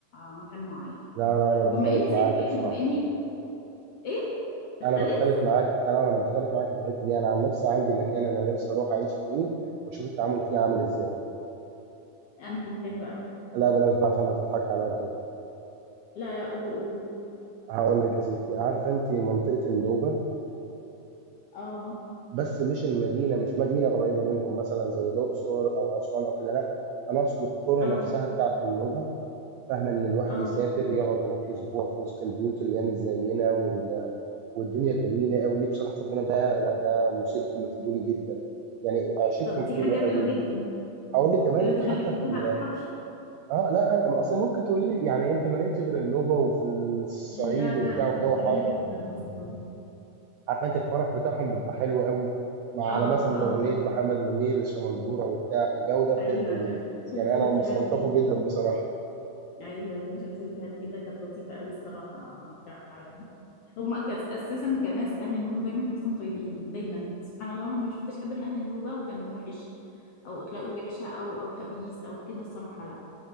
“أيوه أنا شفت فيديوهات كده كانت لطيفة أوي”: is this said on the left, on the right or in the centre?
Left